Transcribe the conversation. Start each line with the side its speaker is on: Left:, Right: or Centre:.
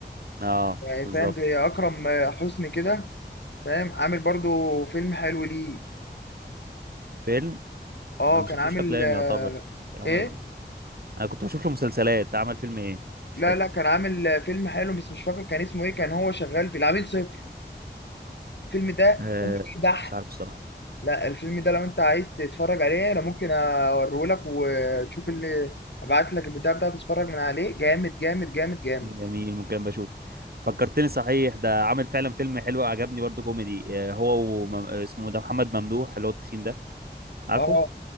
Right: أه
Left: يعني
Right: بالظبط
Left: فاهم زي أكرم آه، حسني كده فاهم عامل برضو فيلم حلو ليه
Right: فيلم
Left: اه
Right: ما مش
Left: كان
Right: شفتوش
Left: عامل
Right: أفلام
Left: آه،
Right: يعتبر عمل
Left: ايه
Right: إيه أنا كنت بشوف له مسلسلات عمل فيلم إيه مش
Left: لا
Right: فاكر
Left: لا كان عامل فيلم حلو بس مش فاكر كان اسمه ايه كان هو شغال في العميل صفر الفيلم ده
Right: أه
Left: كوميدي بحت
Right: مش عارف الصراحة
Left: لا الفيلم ده لو انت عايز تتفرج عليه انا ممكن اوريهولك وتشوف اللي ابعت لك البتاع بتاعته تتفرج من عليه جامد جامد جامد جامد
Right: جميل ممكن بشوف فكرتني صحيح ده عامل فعلا فيلم حلو عجبني برضو كوميدي آه، هو وم... آه، اسمه ده محمد ممدوح اللي هو التخين ده عارفه
Left: اه